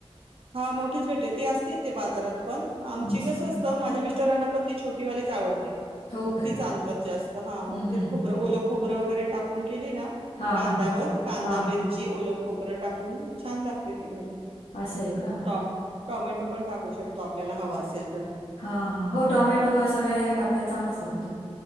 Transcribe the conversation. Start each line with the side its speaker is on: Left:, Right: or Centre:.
Right: हा मोठीेच भेटती, ती असते ते बाजारात पण- आमची
Left: हम्म.
Right: कसं असतं, माझ्या मिस्टरांना पण ती छोटीवालीच आवडते.
Left: हो
Right: मग
Left: काय
Right: ती आणतात जास्त, हा मग
Left: हम्म,
Right: तिच्यात
Left: हम्म,
Right: खोबर
Left: हम्म.
Right: ओल खोब- खोबरं वगैरे टाकून केली ना,
Left: हा
Right: कांद्यावर
Left: हा
Right: कांदा,
Left: हा
Right: मिरची- ची ओलं खोबरं टाकून छान लागते ती भाजी.
Left: असं आहे का?
Right: टोम् टॉमॅटो पण टाकू शकतो, आपल्याला हवां असेल तर.
Left: हा हा, हो, टोमॅटो सगळ्या हे टाकायला चांगलंच लागतोय.